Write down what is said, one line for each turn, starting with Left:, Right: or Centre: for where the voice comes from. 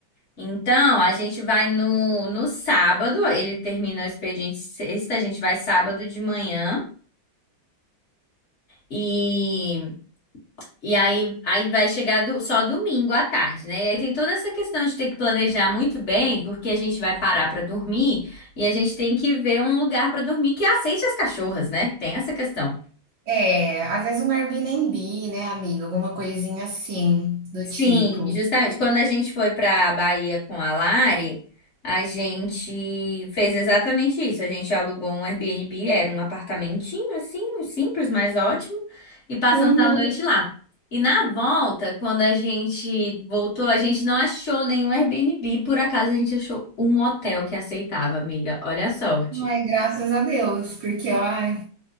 Left: Então, a gente vai no, no sábado, ele termina o expediente sexta, a gente vai sábado de manhã. e E aí, aí vai chegar do- só domingo à tarde, né? E aí tem toda essa questão de ter que planejar muito bem, porque a gente vai parar pra dormir e a gente tem que ver um lugar pra dormir que aceite as cachorras, né? Tem essa questão.
Right: É, às vezes um Airbnb, né, amiga? Alguma coisinha assim, do
Left: Sim,
Right: tipo.
Left: justamente. Quando a gente foi para a Bahia com a Lari, a gente fez exatamente isso. A gente alugou um Airbnb, era um apartamentinho assim, simples, mas ótimo, e passamos
Right: Uhum.
Left: a noite lá. E na volta, quando a gente voltou, a gente não achou nenhum Airbnb, por acaso a gente achou um hotel que aceitava, amiga. Olha a sorte.
Right: Ai, graças a Deus, porque ai,